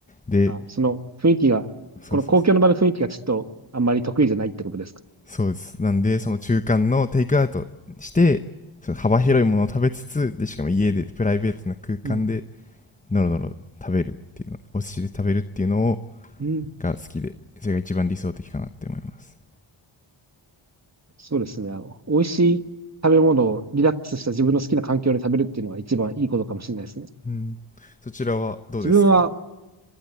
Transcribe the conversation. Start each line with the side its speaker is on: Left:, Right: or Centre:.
Left: で
Right: あ、その雰囲気が、
Left: そうそう
Right: この公共の場の雰囲気がちょっとあんまり得意じゃないってことですか
Left: そうですなんでその中間のテイクアウトしてその幅広いものを食べつつでしかも家でプライベートな空間で
Right: うん。
Left: ノロノロ食べるっていうのお寿司で食べるっていうのを
Right: うん。
Left: が好きでそれが一番理想的かなって思います、
Right: そうですね。あの、美味しい食べ物をリラックスした自分の好きな環境で食べるっていうのが一番いいことかもしれないですね。
Left: うん、そちらはどうですか
Right: 自分は、